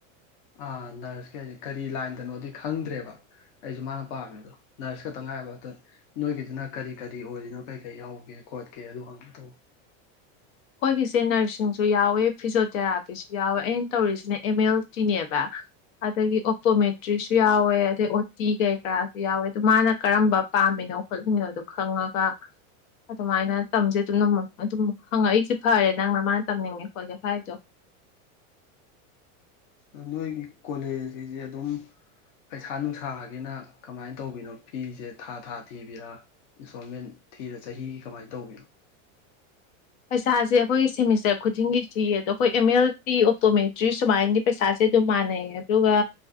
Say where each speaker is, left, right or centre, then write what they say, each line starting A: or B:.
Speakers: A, on the left; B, on the left.
A: ꯑꯥ ꯅꯔꯁꯀꯤ ꯍꯥꯏꯁꯦ ꯀꯔꯤ ꯂꯥꯏꯟꯗꯅꯣꯗꯤ ꯈꯪꯗ꯭ꯔꯦꯕ ꯑꯩꯁꯨ ꯃꯥꯅ ꯄꯥꯝꯃꯤꯗꯣ ꯅꯔꯁ ꯈꯇꯪ ꯉꯍꯥꯏꯕ ꯑꯗ ꯅꯣꯏꯒꯤꯗꯨꯅ ꯀꯔꯤ ꯀꯔꯤ ꯑꯣꯏꯔꯤꯅꯣ ꯀꯔꯤ ꯀꯔꯤ ꯌꯥꯎꯒꯦ ꯈꯣꯠꯀꯦ ꯑꯗꯨ ꯍꯪꯒꯦ ꯇꯧꯕ
B: ꯑꯈꯣꯏꯒꯤꯁꯦ ꯅꯔꯁꯤꯡꯁꯨ ꯌꯥꯎꯋꯦ ꯐꯤꯖꫭꯊꯦꯔꯥꯄꯤꯁꯨ ꯌꯥꯎꯋꯦ ꯑꯩꯅ ꯇꯧꯔꯤꯁꯤꯅ ꯑꯦꯝ ꯑꯦꯜ ꯇꯤꯅꯦꯕ ꯑꯗꯒꯤ ꯑꯣꯞꯇꯣꯃꯦꯇ꯭ꯔꯤꯁꯨ ꯌꯥꯎꯋꯦ ꯑꯗꯩ ꯑꯣ ꯇꯤ ꯀꯩꯀꯔꯥꯁꯨ ꯌꯥꯎꯋꯦ ꯑꯗꯨ ꯃꯥꯅ ꯀꯔꯝꯕ ꯄꯥꯝꯃꯤꯅꯣ ꯈꯣꯠꯂꯤꯅꯣꯗ ꯈꯪꯉꯒ ꯑꯗꯨꯃꯥꯏꯅ ꯇꯝꯁꯦ ꯑꯗꯨꯝꯅ ꯑꯃꯛ ꯑꯗꯨꯝ ꯍꯪꯉꯛꯏꯁꯦ ꯐꯔꯦ ꯅꯪꯅ ꯃꯥꯅ ꯇꯝꯅꯤꯡꯉꯦ ꯈꯣꯠꯂꯦ ꯍꯥꯏꯗꯣ
A: ꯗꯨ ꯅꯣꯏꯒꯤ ꯀꯣꯂꯦꯖꯒꯤꯗꯤ ꯑꯗꯨꯝ ꯄꯩꯁꯥ ꯅꯨꯡꯁꯥꯒꯤꯅ ꯀꯃꯥꯏꯅ ꯇꯧꯕꯤꯅꯣ ꯐꯤꯁꯦ ꯊꯥ ꯊꯥ ꯊꯤꯕꯤꯔꯥ ꯏꯟꯁꯇꯣꯜꯃꯦꯟ ꯊꯤꯔ ꯆꯍꯤꯒꯤ ꯀꯃꯥꯏꯅ ꯇꯧꯕꯤꯅꯣ
B: ꯄꯩꯁꯥꯁꯦ ꯑꯈꯣꯏꯒꯤ ꯁꯦꯃꯤꯁꯇꯔ ꯈꯨꯗꯤꯡꯒꯤ ꯊꯤꯌꯦ ꯑꯗꯣ ꯑꯈꯣꯏ ꯑꯦꯝ ꯑꯦꯜ ꯇꯤ ꯑꯣꯞꯇꯣꯃꯦꯇ꯭ꯔꯤ ꯁꯨꯃꯥꯏꯅꯗꯤ ꯄꯩꯁꯥꯁꯦ ꯑꯗꯨꯝ ꯃꯥꯟꯅꯩꯌꯦ ꯑꯗꯨꯒ